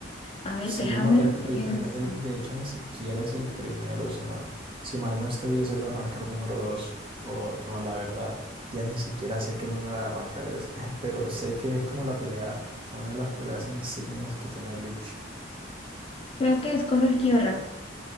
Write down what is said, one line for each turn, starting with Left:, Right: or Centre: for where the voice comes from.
Left: A ver,
Right: Sí,
Left: déjame
Right: no, el, pr- el
Left: pienso.
Right: primer, el- de hecho ni siquiera es el primero, sino, si mal no estoy, es el arrancar número dos, o no, la verdad, ya ni siquiera sé qué número de arrancar es, <laughs> pero sé que es como la pelea, una de las peleas insignias que tiene Bleach.
Left: Creo que es con Ulquiorra,